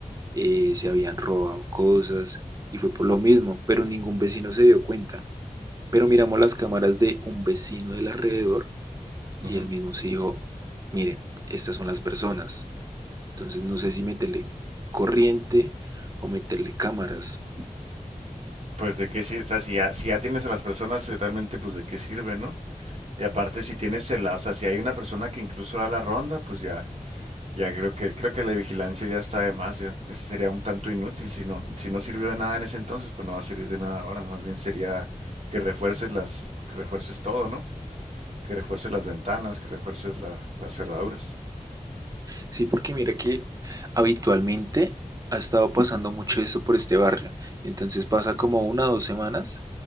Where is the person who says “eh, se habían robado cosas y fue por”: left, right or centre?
Right